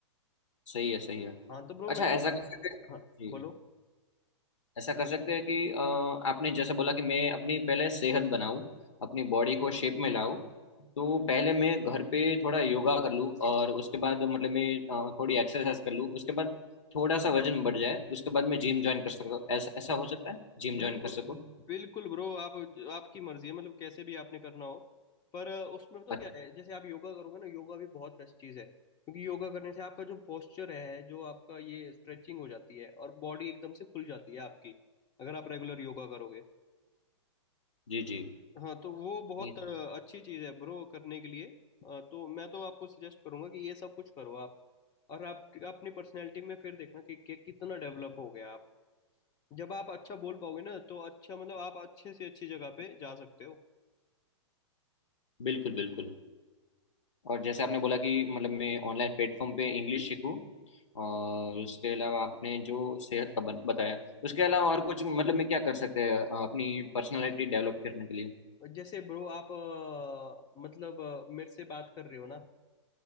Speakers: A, on the left (about 75°); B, on the left (about 25°).
A: सही है सही है
B: हाँ तो ब्रो
A: अच्छा
B: मैं
A: ऐसा कर सकते हैं
B: हाँ
A: जी
B: बोलो
A: ऐसा कर सकते हैं कि अ, आपने जैसे बोला कि मैं अपनी पहले सेहत बनाऊं अपनी बॉडी को शेप में लाऊं तो पहले मैं घर पे थोड़ा योगा कर लूं और उसके बाद मतलब मैं अ, थोड़ी एक्सरसाइज कर लूं उसके बाद थोड़ा सा वजन बढ़ जाए उसके बाद मैं जिम ज्वाइन कर सकता हूं ऐसा ऐसा हो सकता है जिम
B: बिल्कुल
A: ज्वाइन कर सकूं
B: बिल्कुल ब्रो आप आपकी मर्जी है मतलब कैसे भी आपने करना हो पर अ, उसमें तो
A: अच्छा
B: क्या है जैसे आप योगा करोगे ना योगा भी बहुत बेस्ट चीज़ है क्योंकि योगा करने से आपका जो पोस्चर है जो आपका ये स्ट्रेचिंग हो जाती है और बॉडी एकदम से खुल जाती है आपकी अगर आप रेगुलर योगा करोगे
A: जी जी
B: हाँ तो वो बहुत
A: नहीं,
B: अ, अच्छी चीज़ है ब्रो करने के लिए अ, तो मैं तो आपको सजेस्ट करूंगा कि ये सब कुछ करो आप और आप अपनी पर्सनैलिटी में फिर देखना कि, कि कितना डेवलप हो गया आप जब आप अच्छा बोल पाओगे ना तो अच्छा मतलब आप अच्छे से अच्छी जगह पे जा सकते हो
A: बिल्कुल बिल्कुल और जैसे आपने बोला कि मतलब मैं ऑनलाइन प्लेटफॉर्म पे इंग्लिश सीखूं और उसके अलावा आपने जो सेहत का बन- बताया उसके अलावा और कुछ मतलब मैं क्या कर सकते हैं अ, अपनी पर्सनालिटी डेवलप करने के लिए
B: जैसे ब्रो आप अ, मतलब अ, मेरे से बात कर रहे हो ना